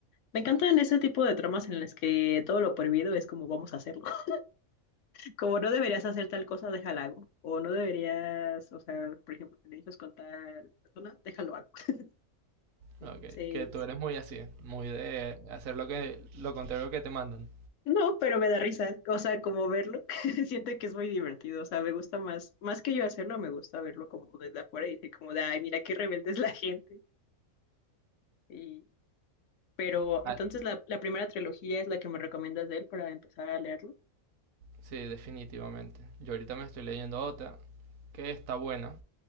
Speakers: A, on the left; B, on the right.
A: Me encantan ese tipo de tramas en las que todo lo prohibido es como vamos a hacerlo. <laughs> Como no deberías hacer tal cosa, déjalo hago. O no deberías, o sea, por ejemplo, te dices con tal persona, déjalo hago. <laughs> Entonces,
B: okay que tú eres muy así, muy de hacer lo que lo contrario que te mandan.
A: no, pero me da risa. O sea, como verlo, <laughs> siento que es muy divertido. O sea, me gusta más, más que yo hacerlo, me gusta verlo como desde afuera y decir como de, ay, mira qué rebelde es la <laughs> gente. Y Pero
B: Ah,
A: entonces la, la primera trilogía es la que me recomiendas de él para empezar a leerlo.
B: Sí, definitivamente. Yo ahorita me estoy leyendo otra que está buena,